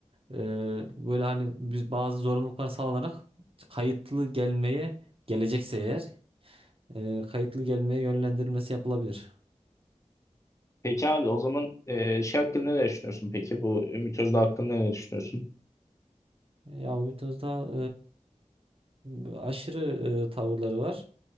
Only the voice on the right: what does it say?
Ee, böyle hani biz bazı zorunluluklar sağlanarak kayıtlı gelmeye gelecekse eğer e, kayıtlı gelmeye yönlendirilmesi yapılabilir.
Ya Ümit Özdağ e, aşırı e, tavırları var.